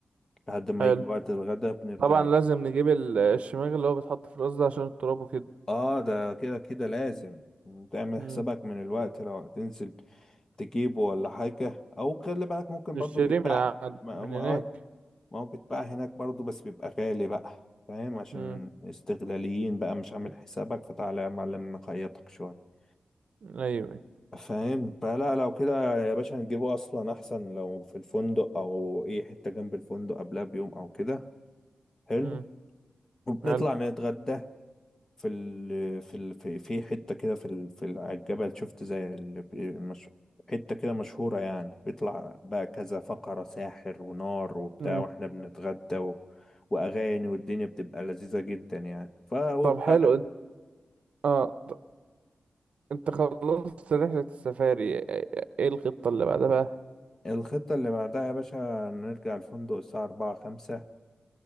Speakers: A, on the left; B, on the right.
A: لحد ما
B: حلو
A: يجي وقت الغدا بنرجع
B: طبعا لازم نجيب ال- الشماغ اللي هو بيتحط في الراس ده عشان التراب وكده
A: اه ده كده كده لازم تعمل
B: امم
A: حسابك من الوقت لو هتنزل تجيبه ولا حاجة او خلي بالك ممكن
B: نشتريه
A: برضو بيتباع
B: من ع-
A: ما
B: من
A: ما-
B: هناك
A: اوقات ما هو بيتباع هناك برضو بس بيبقى غالي بقى فاهم عشان
B: امم
A: استغلاليين بقى مش عامل حسابك فتعالى يا معلم نخيطك شوية
B: ايوه
A: فاهم فلا لو كده يا باشا نجيبه اصلا احسن لو في الفندق او اي حتة جنب الفندق قبلها بيوم او كده حلو
B: امم
A: وبنطلع
B: حلو
A: نتغدى في ال... في ال... في في حتة كده في ال... في ال- على الجبل شفت زي ال... مش... حتة كده مشهورة يعني بيطلع بقى كذا فقرة ساحر ونار وبتاع
B: امم
A: واحنا بنتغدى و... وأغاني والدنيا بتبقى لذيذة جدا يعني ف وبعدها
B: طب حلو انت- اه ط- انت خلصت رحلة السفاري ايه ايه الخطة اللي بعدها بقى
A: الخطة اللي بعدها يا باشا نرجع الفندق الساعة أربعة خمسة